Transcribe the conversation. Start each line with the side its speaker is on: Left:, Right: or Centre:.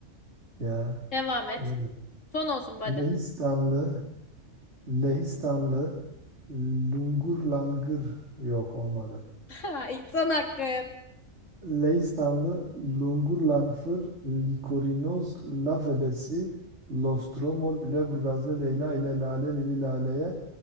Right: Ya
Left: devam et.
Right: böyle.
Left: Son olsun bu hadi.
Right: Lehistanlı
Left: <laughs>
Right: Lehistanlı Lungur Langır yok olmadı.
Left: Ha, ilk Son hakkın.
Right: Leistanlı Lungurlanfır Likorinoz Laf Ebesi Lostromo Lüleburgazlı Leyla ile Lale Lili Lale'ye